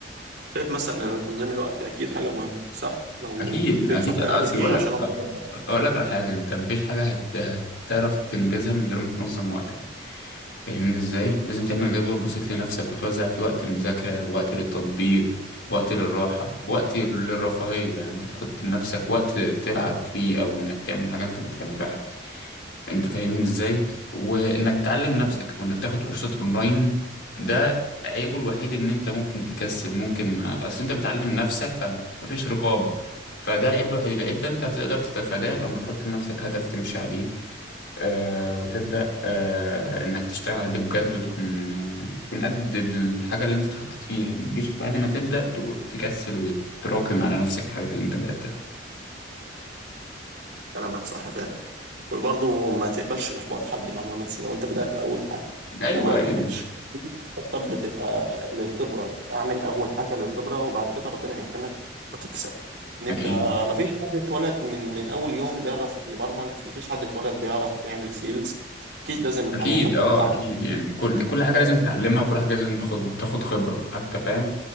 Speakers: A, on the right (about 65°); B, on the left (about 75°).
A: شايف مثلا ان تنظيم الوقت اكيد حاجه مهمه صح لو
B: اكيد
A: تنصحني
B: اكيد اصل
A: اعمل ايه
B: بقول
A: عشان
B: لك
A: انظم وقتي
B: اقول لك على حاجه انت مفيش حاجه هت... هتعرف تنجزها من غير ما تنظم وقتك فاهمني ازاي لازم تعمل جدول بسيط لنفسك وتوزع فيه وقت المذاكره وقت للتطبيق وقت للراحه وقت للرفاهيه يعني انت تحط لنفسك وقت تلعب فيه او انك تعمل حاجه انت بتحبها انت فاهمني ازاي وانك تعلم
A: ايوه
B: نفسك وانك تاخد كورسات اونلاين ده عيبه الوحيد ان انت ممكن تكسل ممكن ما اصل انت بتعلم نفسك فمفيش رقابة فده العيب الوحيد العيب ده انت هتقدر تتفاداه لما تحط لنفسك هدف تمشي عليه آه وتبدأ آه انك تشتغل عليه بجد وتكون تكون قد الحاجة اللي انت اتحطيت فيها ما تجيش بعد ما تبدأ ت- تكسل وتراكم على نفسك الحاجات اللي انت بدأتها
A: كلامك صح فعلا وبرضه ما تقبلش احباط حد يعني مثلا لو انت بدات اول حاجه
B: ايوه
A: وما
B: ايوه
A: نجحتش الطب بتبقى للخبرة اعمل أول حاجة للخبرة وبعد كده ربنا يكرمك وتكسب إن أنت
B: اكيد
A: مفيش حد اتولد من من أول يوم بيعرف يبرمج مفيش حد اتولد بيعرف يعمل سيلز أكيد لازم الحاجة
B: اكيد
A: تاخد
B: اه
A: تعب
B: اكيد
A: وتاخد
B: يعني كل كل حاجه
A: وقت.
B: لازم تتعلمها وكل حاجه لازم تاخد تاخد خبره حتى فاهم